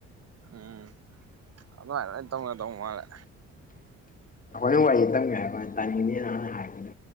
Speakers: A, on the right; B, on the left.
A: ꯎꯝ ꯑꯗꯨꯃꯥꯏ ꯂꯣꯏ ꯇꯧꯅꯗꯧ ꯃꯥꯜꯂꯦ
B: ꯅꯪ ꯋꯥꯔꯤ ꯇꯨꯝꯒꯦ ꯍꯥꯏꯕꯥꯀꯟꯗ ꯇꯥꯅꯤꯡꯉꯅꯤꯅ ꯍꯥꯟꯅ ꯍꯥꯏꯒꯔꯦ